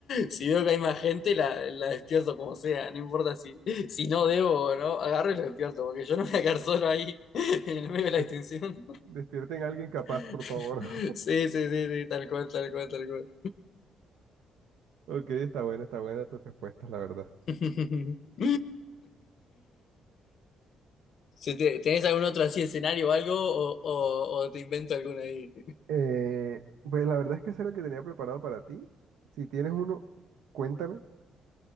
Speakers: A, on the left; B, on the right.
A: Si veo que hay más gente, la, la despierto como sea, no importa si, si no debo o no, agarro y lo despierto, porque yo no me voy a quedar solo ahí <laughs> en el medio de la
B: Des-
A: extinción.
B: despierten a alguien capaz,
A: <laughs>
B: por favor.
A: Sí,
B: <laughs>
A: sí, sí, sí, tal cual, tal cual, tal cual.
B: Ok, está buena, está buena tus respuestas, la verdad.
A: <laughs> Si te- ¿Tenés algún otro así escenario o algo? O, o- o te invento alguna ahí.
B: Eh, pues la verdad es que ese era el que tenía preparado para ti. Si tienes uno, cuéntame,